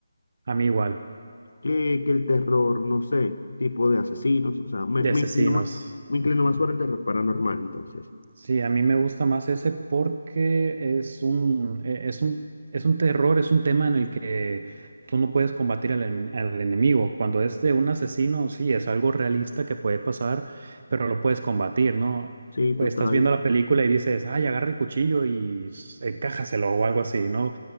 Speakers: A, on the right; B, on the left.
A: a mí igual,
B: que, que el terror, no sé, tipo de asesinos, o sea, me,
A: de
B: me
A: asesinos.
B: inclino más, me inclino más por el terror paranormal, entonces,
A: Sí, a mí me gusta más ese porque es un, e- es un, es un terror, es un tema en el que tú no puedes combatir al, en- al enemigo. Cuando es de un asesino, sí, es algo realista que puede pasar, pero lo puedes combatir, ¿no?
B: sí,
A: Y pues
B: total,
A: estás viendo la película y dices, ay, agarra el cuchillo y s- encájaselo o algo así, ¿no?